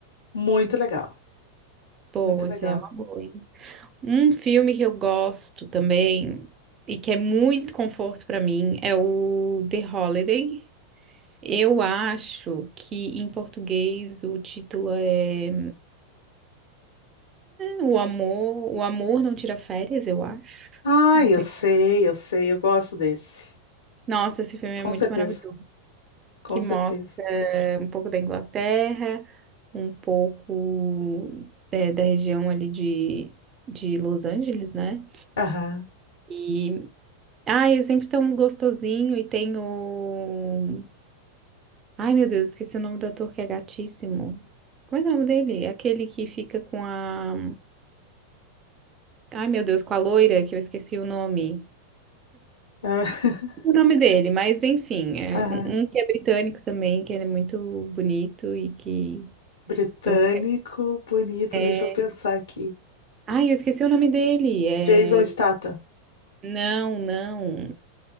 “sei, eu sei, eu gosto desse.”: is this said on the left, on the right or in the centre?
Left